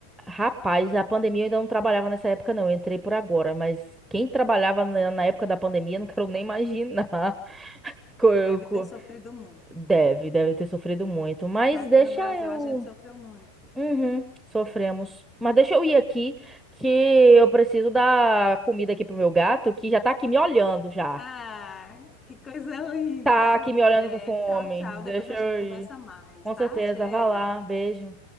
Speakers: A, in the centre; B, on the left.
A: Rapaz, a pandemia eu ainda não trabalhava nessa época, não. Eu entrei por agora, mas quem trabalhava na na época da pandemia, não quero nem imaginar. <laughs> Co- eu-
B: Deve
A: co-
B: ter sofrido muito.
A: Deve, deve ter sofrido muito. Mas
B: Porque aqui
A: deixa
B: no Brasil
A: eu.
B: a gente sofreu muito.
A: Uhum, sofremos. Mas deixa eu ir aqui, que eu preciso dar comida aqui pro meu gato, que já tá aqui me olhando já.
B: Ah, que coisa linda.
A: Tá
B: Tá
A: aqui
B: bom,
A: me olhando
B: mulher.
A: com fome.
B: Tchau, tchau.
A: Deixa
B: Depois a
A: eu
B: gente conversa
A: ir.
B: mais,
A: Com
B: tá?
A: certeza,
B: Cheiro.
A: vai lá. Beijo.